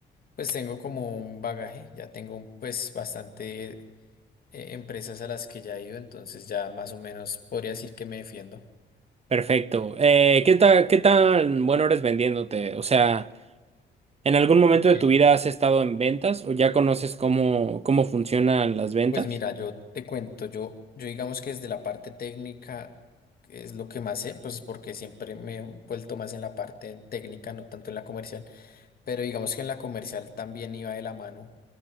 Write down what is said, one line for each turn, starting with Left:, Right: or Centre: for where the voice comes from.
Left: pues tengo como un bagaje, ya tengo pues bastante eh, empresas a las que ya he ido, entonces ya más o menos podría decir que me defiendo.
Right: Perfecto. Eh, ¿qué tal, qué tan bueno eres vendiéndote? O sea, ¿en algún momento
Left: Ok.
Right: de tu vida has estado en ventas o ya conoces cómo, cómo funcionan las ventas?
Left: Pues mira, yo te cuento, yo, yo digamos que desde la parte técnica que es lo que más sé, pues porque siempre me he vuelto más en la parte técnica, no tanto en la comercial. Pero digamos que en la comercial también iba de la mano